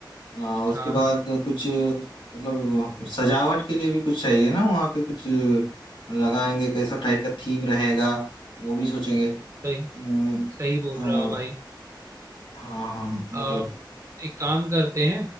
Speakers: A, on the left; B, on the right.
A: आ, उसके
B: हाँ
A: बाद कुछ मतलब सजावट के लिए भी कुछ चाहिए ना वहाँ पे कुछ लगाएंगे कैसा टाइप का थीम रहेगा वो भी सोचेंगे
B: सही
A: अम,
B: सही बोल
A: आ,
B: रहे हो भाई
A: हाँ हाँ मतलब
B: आ, एक काम करते हैं